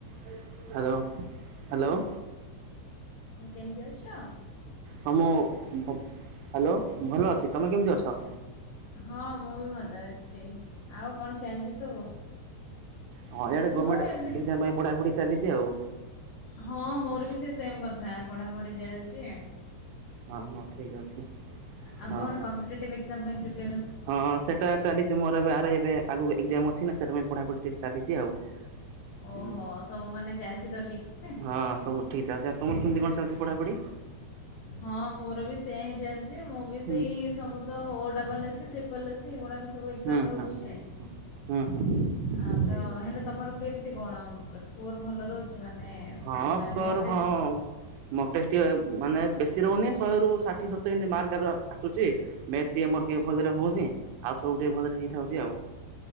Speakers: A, on the right; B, on the left.
A: Hello hello
B: କେମିଟ ଅଛ।
A: ହଁ ମୁଁ ହ୍ୟାଲୋ ଭଲ ଅଛି ତୁମେ କେମିତି ଅଛ?
B: ହଁ ମୁଁ ବି ଭଲ ଅଛି ଆଉ କଣ ଚାଲିଛି ସବୁ?
A: ହଁ ଏଆଡ଼େ
B: ମୁଁ
A: ଗଭର୍ଣ୍ମେଣ୍ଟ
B: ଏବେ
A: ଏକ୍ଜାମ ପାଇଁ ପଢାପଢି ଚାଲିଛି ଆଉ।
B: ହଁ, ମୋର ବି ସେ ସେମ୍ କଥା ପଢାପଢ଼ି ଚାଲିଛି।
A: ହ ହଁ ଠିକ ଅଛି।
B: ଆଉ
A: ହଁ
B: କଣ
A: ହଁ
B: କମ୍ପଟିଭ ଏକଜାମ ପାଁଇ ପ୍ରି
A: ହଁ ସେଟା ଚାଲିଛି ମୋର ଏବେ ଆ ଏବେ ଆଗ ଏଜାମ ଅଛି ନା ସେଟା ପଢାପଢି ଟିକ ଚାଲିଛି ଆଉ।
B: ଓହୋ
A: ହୁଁ
B: ସବୁ ମାନେ ଚାଲିଛି ତ ଠିକ୍। ଠାକ୍?
A: ହଁ ସବୁ ଠିକ୍ ଚାଲିଛି ଆଉ ତମର କେମତି କଣ ଚାଲିଛି ପଢା ପଢି?
B: ହଁ ମୋର ବି ସେୟଆ ହିଁ ଚାଲିଛି ମୁଁ ବି ସେଇ
A: ହୁଁ
B: ସବୁ ତ ଓ ଡବଲ୍ ଏସି ଟ୍ରିପଲ୍ ଏସି ଏଗୁଡ଼ାକ ସବୁ ଏକ୍ଜାମ
A: ହୁଁ
B: ଦେଉଛି
A: ହୁଁ ହୁଁ ହୁଁ ହୁଁ
B: ଆଉ ତ
A: ଠିକ୍ ଅଛି
B: ହେଲେ ତମର କେମ ଏତି କଣ ସ୍କୋର ଭଲ ରହୁଛି ମାନେ
A: ହଁ ସ୍କୋର
B: ମୋକ୍ ଟେଷ୍ଟ
A: ହଁ ମୋକ ଟେଷ୍ଟ୍ ଗୋଏ ମାନେ ବେଶୀ ରହୁନି ଶହେରୁ ଷାଠିଏ ସତୁରୀ ଏମିତି ମାର୍କର ଆସୁଛି ମ୍ୟାଥ୍ ଆମର ଟେ ଭଲରେ ହଉନି। ଆଉ ସବୁଠିକେ ଭଲରେ ହେଇଥାଉଛି ଆଉ।